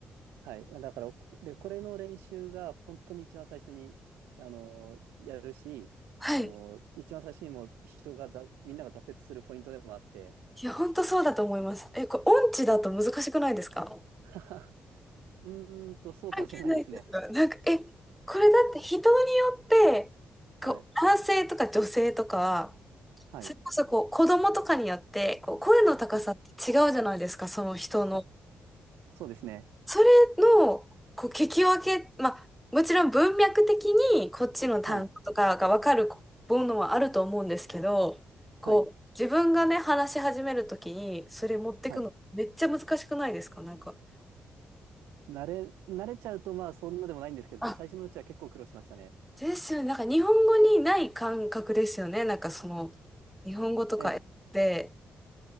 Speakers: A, on the right (about 80°); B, in the centre.
A: はい。だから、で、これの練習が本当に一番最初に、あの、やるし、
B: はい。
A: あの、一番最初にもう人がざ、みんなが挫折するポイントでもあって、
B: いや、本当そうだと思います。え、これ、音痴だと難しくないですか
A: <laughs> うーんと、そうかもしれないですね。
B: 関係ないですかなんか、え、これだって人によって、
A: はい。
B: こう、男性とか女性とか、
A: はい。
B: それこそこう、子供とかによって、こう、声の高さって違うじゃないですか、
A: はい。
B: その人の。
A: あ、そうですね。
B: それの、こう、聞き分け、まあ、もちろん文脈的にこっちの単語とかが分かるものはあると思うんですけど、
A: はい、
B: こう、
A: はい、
B: 自分がね、話し始めるときに、それ持ってくのめっちゃ難しくないですかなんか。
A: はい。慣れ、慣れちゃうとまあそんなでもないんですけど、
B: あ
A: 最初のうちは結構苦労しましたね。
B: ですよね。なんか日本語にない感覚ですよね。なんかその、日本語とかで、
A: え、